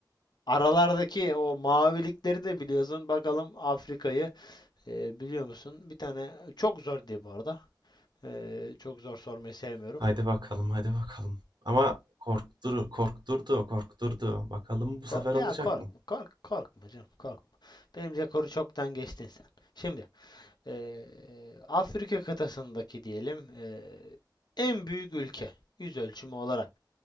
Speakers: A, on the left; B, on the right.
A: Aralardaki o mavilikleri de biliyorsun. Bakalım Afrika'yı e, biliyor musun? Bir tane çok zor diye bu arada. E, çok zor sormayı sevmiyorum.
B: Hadi bakalım, hadi bakalım. Ama korktur, korkturdu, korkturdu. Bakalım bu sefer
A: Ko-
B: olacak
A: ya korkma,
B: mı?
A: kork, korkma canım, korkma. Benim rekoru çoktan geçtin sen. Şimdi eee, Afrika kıtasındaki diyelim eee, en büyük ülke yüz ölçümü olarak